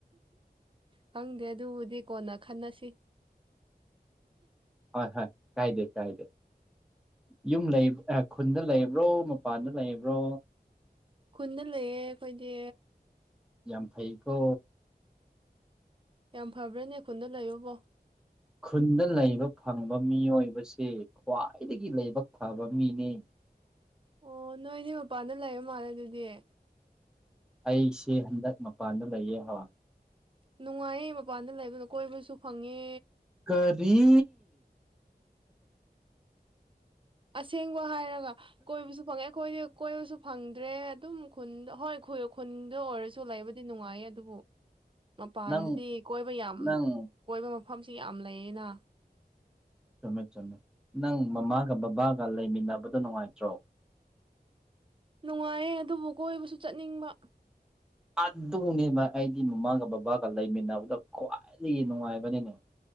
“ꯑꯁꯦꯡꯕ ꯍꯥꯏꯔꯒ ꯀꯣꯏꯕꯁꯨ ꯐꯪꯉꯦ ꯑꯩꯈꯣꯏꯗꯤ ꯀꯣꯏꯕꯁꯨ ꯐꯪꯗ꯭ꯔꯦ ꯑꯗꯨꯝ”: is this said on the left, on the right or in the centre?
Right